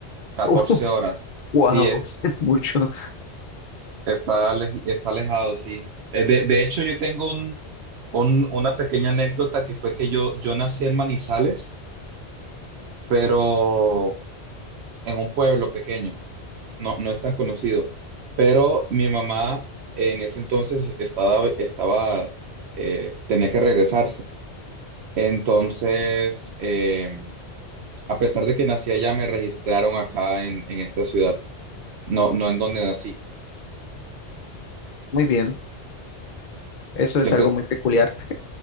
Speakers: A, on the right (about 75°); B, on the left (about 55°).
A: 14
B: <laughs>
A: horas.
B: wow,
A: Sí, es,
B: <laughs> mucho.
A: está, leji- está alejado, sí. Eh, de, de hecho, yo tengo un, un- una pequeña anécdota que fue que yo, yo nací en Manizales pero en un pueblo pequeño, no, no es tan conocido. Pero mi mamá en ese entonces estaba, estaba, eh, tenía que regresarse. Entonces, eh, a pesar de que nací allá, me registraron acá en, en esta ciudad, no, no en donde nací.
B: Muy bien. Eso
A: Siempre
B: es algo
A: es,
B: muy peculiar.